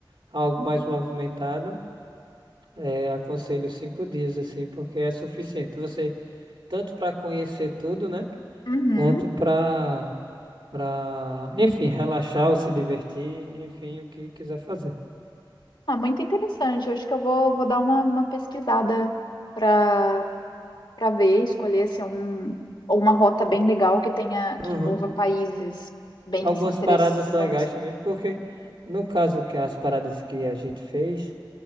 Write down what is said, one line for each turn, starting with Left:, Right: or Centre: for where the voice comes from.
Right: algo mais movimentado, é, aconselho cinco dias, assim, porque é suficiente. Você, tanto para conhecer tudo, né?
Left: Uhum.
Right: Quanto para, para, enfim, relaxar ou se divertir, enfim, o que quiser fazer.
Left: Ah, muito interessante. Eu acho que eu vou, vou dar uma, uma pesquisada para para ver, escolher se é um, ou uma rota bem legal que tenha que
Right: Uhum.
Left: envolva países bem
Right: Algumas
Left: assim interessantes.
Right: paradas legais também, porque no caso que as paradas que a gente fez,